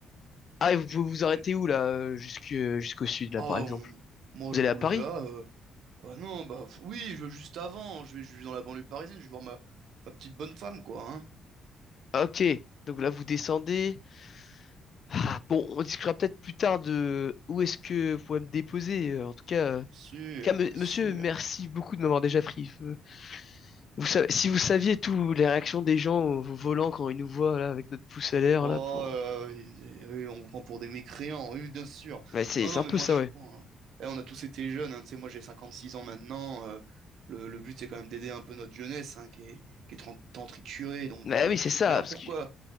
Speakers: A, on the left (about 50°); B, on the right (about 75°).
A: Ah, et vous pouvez vous arrêter
B: J'ai-
A: où là, euh, jusque- euh, jusqu'au sud là,
B: Ah,
A: par exemple?
B: on- moi,
A: Vous
B: je
A: allez
B: roule
A: à Paris?
B: là, euh, ah non, bah, f- oui, je vais juste avant, je vais, je vais dans la banlieue parisienne, je vais voir ma, ma petite bonne femme, quoi, hein.
A: Ah, Ok. Donc là, vous descendez. Ah, bon, on discutera peut-être plus tard de où est-ce que vous pouvez me déposer. euh, En tout cas, euh,
B: Bien
A: en tout
B: sûr,
A: cas, me-
B: bien
A: monsieur,
B: sûr.
A: merci beaucoup de m'avoir déjà pris. Euh, Vous savez, si vous saviez toutes les réactions des gens au au volant quand ils nous voient là avec notre pouce à l'air
B: Oh,
A: là pour.
B: euh, euh, on vous prend pour des mécréants, oui, bien sûr.
A: Ouais, c'est
B: Non,
A: c'est
B: non,
A: un
B: mais
A: peu
B: moi,
A: ça,
B: je
A: ouais.
B: prends. hein. Eh, on a tous été jeunes, hein, tu sais, moi, j'ai 56 ans maintenant. euh, le, le but, c'est quand même d'aider un peu notre jeunesse, hein, qui est, qui est tant, tant triturée. Donc,
A: Bah
B: euh,
A: oui, c'est ça,
B: Mais alors,
A: parce
B: pourquoi,
A: que